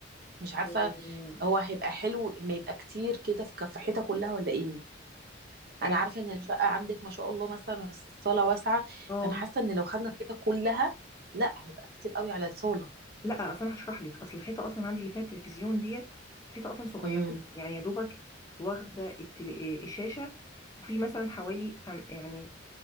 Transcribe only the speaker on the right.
مش عارفه
هو هيبقى حلو ما يبقى كتير كده في كف حيطه كلها ولا ايه
انا عارفه ان الشقه
عندك ما شاء الله مثلا الصاله واسعه
فانا حاسه ان لو خدنا الحيطه كلها لا هيبقى كتير قوي على الصاله
امم